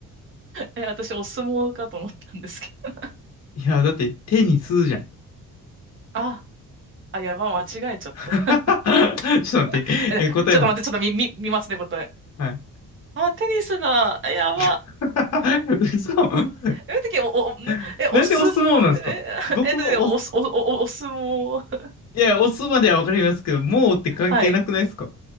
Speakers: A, on the right (about 35°); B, on the left (about 50°).
A: え、私お相撲かと思ったんですけど。
B: いや、だってテニスじゃん。
A: あ、あ、やば、間違えちゃった。
B: <laughs> ちょっと待って。
A: <laughs> え、
B: え、答えは
A: ちょっと待って、ちょっと見、見、見ますね、答え。
B: はい。
A: あ、テニスだ。やば。
B: <laughs> 嘘な、
A: え、え、てき、お、お、なえ、
B: <laughs> なんでお相撲なんですかどこがお、
A: お相撲、え、<laughs> え、だってお、お、
B: い
A: お、おお相撲。<laughs>
B: や、お相撲まではわかりますけど、もうって関係なくないですか
A: はい。